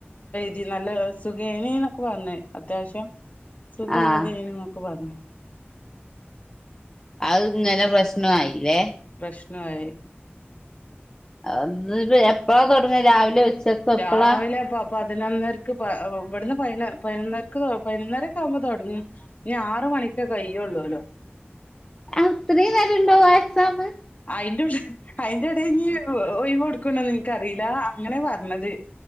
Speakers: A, on the left; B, on the left.
A: തി നല്ല സുഖയ്നി ന്നൊക്കെ പറഞ്ഞ് അത്യാവിശ്യം സുഖല്ല
B: ആഹ്
A: തയ്നി നൊക്കെ പറഞ്ഞ്.
B: അത് ഇങ്ങനെ പ്രശ്നോയില്ലേ?
A: പ്രശ്നായി.
B: <unintelligible> <unintelligible> എപ്പളാ തൊടങ്ങാ രാവിലെ ഉച്ചക്കൊ എപ്പളാ?
A: രാവിലെ പ പതിനൊന്നരക്ക് പ ഇവിടുന്ന് പ പതിനൊന്നരക്ക് പതിനൊന്നരക്കെ ആവുമ്പോ തൊടങ്ങീ ഇനി ആറ് മണിക്കെ കയ്യള്ളൂല്ലോ
B: ആത്രയും നേരം ഉണ്ടാവോ എക്സാമ്
A: അയിന്റു അയിന്റെ എടെ ഇനി ഒഴിവ് കൊടുക്കണ്ടൊന്ന് എനിക്കറിയില്ല അങ്ങന പറഞ്ഞത്